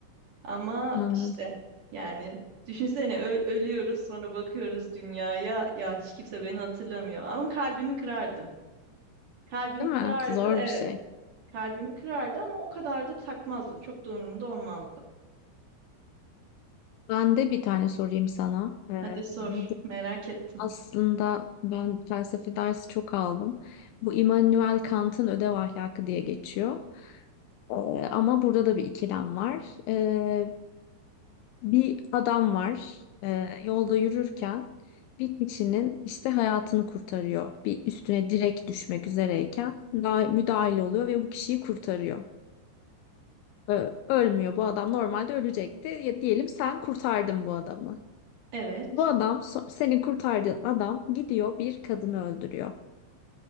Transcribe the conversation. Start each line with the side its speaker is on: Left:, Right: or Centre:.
Right: Ama
Left: anladım.
Right: işte yani düşünsene ö- ölüyoruz sonra bakıyoruz dünyaya ya hiç kimse beni hatırlamıyor. Ama kalbimi kırardı. Kalbimi
Left: Değil
Right: kırardı
Left: mi? Zor
Right: evet.
Left: bir şey.
Right: Kalbimi kırardı ama o kadar da takmazdı. Çok da umurumda olmazdı.
Left: Ben de bir tane sorayım sana. Ee,
Right: Hadi sor
Left: bu
Right: merak ettim.
Left: aslında ben felsefe dersi çok aldım. Bu Immanuel Kant'ın Ödev Ahlakı diye geçiyor. Ee, ama burada da bir ikilem var. Ee, bir adam var. Ee, yolda yürürken bir kişinin işte hayatını kurtarıyor. Bir üstüne direkt düşmek üzereyken daha müdahil oluyor ve bu kişiyi kurtarıyor. Ee, ölmüyor. Bu adam normalde ölecekti. Ya diyelim sen kurtardın bu adamı.
Right: Evet.
Left: Bu adam, so- seni kurtardığın adam gidiyor bir kadını öldürüyor.